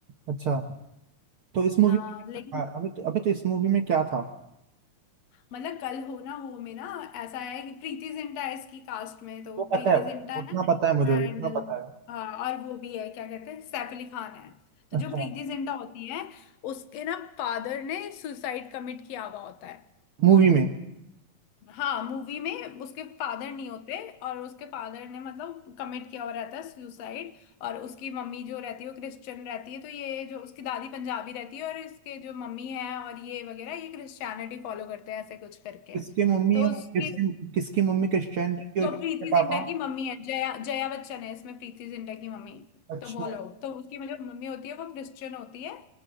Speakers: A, on the right; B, on the left.
A: अच्छा तो इस मूवी
B: हाँ लेकिन
A: अभी तो अभी तो इस मूवी में क्या था
B: मतलब कल हो ना हो में ना ऐसा है कि प्रीति जिंटा है इसकी कास्ट में तो
A: वो पता
B: प्रीति
A: है
B: जिंटा
A: उतना
B: है
A: पता है मुझे
B: एंड
A: उतना पता
B: और वो भी है क्या कहते हैं सैफ अली खान है
A: है
B: तो जो
A: अच्छा
B: प्रीति जिंटा होती है उसके ना फादर ने सुसाइड कमिट किया हुआ होता है
A: मूवी में
B: हाँ मूवी में उसके फादर नहीं होते और उसके फादर ने मतलब कमिट किया हुआ रहता है सुसाइड और उसकी मम्मी जो रहती है वो क्रिश्चियन रहती है तो ये जो उसकी दादी पंजाबी रहती है और इसके जो मम्मी है और ये वगैरह ये क्रिश्चियनिटी फॉलो करते हैं ऐसे कुछ करके
A: किसकी मम्मी
B: तो
A: और
B: उसके
A: किसकी किसकी मम्मी क्रिश्चियन थी और
B: जो
A: किसके
B: प्रीति
A: पापा
B: जिंटा की मम्मी है जया जया बच्चन है इसमें प्रीति जिंटा की मम्मी
A: अच्छा
B: तो वो लोग तो उसकी मतलब मम्मी होती है वो क्रिश्चियन होती है